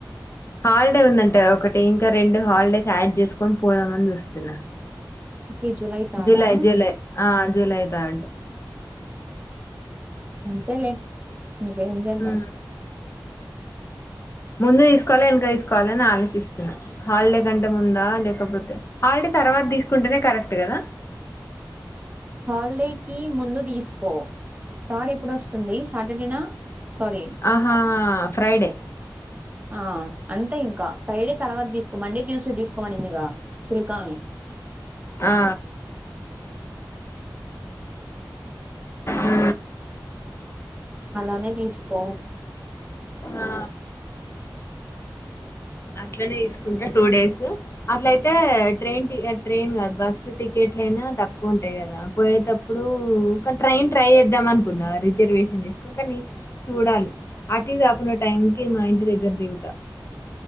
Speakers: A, on the left; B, on the right.
A: హాల్ ఒకటే ఉందంట ఒకటి ఇంకా రెండు హాల్డేస్ యాడ్ చేస్కొన్ పోదామన్ చూస్తున్నా.
B: ఓకే తాడా
A: జులై జూలై ఆ జూలై థర్డ్
B: అంతలే ఇంకేం చేద్దాం.
A: ఉమ్ ముందు తీస్కోవాల ఎనక తీస్కోవాల అన్ ఆలోచిస్తున్నా హాల్డే కంటే ముం ఉందా లేకపోతే హాల్డే తర్వాత తీసుకుంటేనే కరెక్ట్ కదా
B: హాల్డేకిి ముందు తీస్కో థర్డ్ ఎప్పుడొస్తుంది సాటర్డేనా? సారీ
A: ఆహా ఫ్రైడే
B: ఆ అంతే ఇంకా ఫ్రైడే తర్వాత తీసుకో మండే ట్యూస్డే తీసుకోమడిందిక సిల్కావి
A: ఆ ఉ
B: అలానే తీసుకో
A: ఆ అట్లనే తీసుకుంటా టూ డేస్ అట్లయితే ట్రైన్ ట్రైన్ కాదు బస్సు టికెట్ ఎట్లనా తక్కువ ఉంటాయి కదా పోయేటప్పుడు కానీ ట్రైన్ ట్రై చేద్దాం అనుకున్న రిజర్వేషన్ ని చూడాలి అటివి కాకుండా టైంకి మా ఇంటి దగ్గర దిగుతా